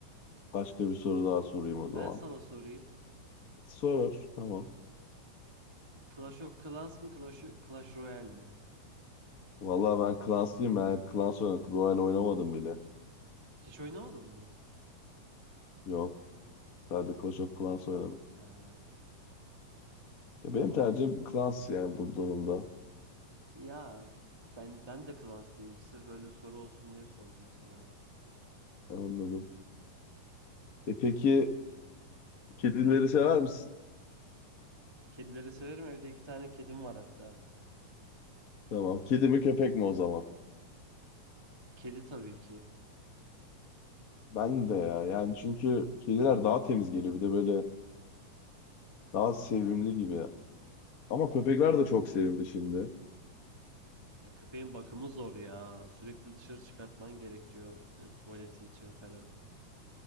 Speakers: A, on the left; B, on the right.
A: Başka bir soru daha sorayım o zaman.
B: Ben sana sorayım.
A: Soror. Tamam.
B: Clash of Clans mı Clash, Clash Royale mi?
A: Vallahi ben Clans'lıyım. Ben hep Clans oynadım. Royal oynamadım bile.
B: Hiç oynamadın mı?
A: Yok. Sadece Clash of Clans oynadım.
B: Ha,
A: Ya benim
B: norm
A: tercihim Clans yani bu durumda.
B: Ya ben ben de Clans'tayım. Sırf böyle soru olsun diye sordum sana ya.
A: Anladım. E peki kedileri sever misin?
B: Kedileri severim. Evde iki tane kedim var hatta.
A: Tamam. Kedi mi köpek mi o zaman?
B: Kedi tabii ki.
A: Ben de ya. Yani çünkü kediler daha temiz geliyor. Bir de böyle daha sevimli gibi. Ama köpekler de çok sevimli şimdi.
B: Ya köpeğin bakımı zor ya. Sürekli dışarı çıkartman gerekiyor e, tuvaleti için falan.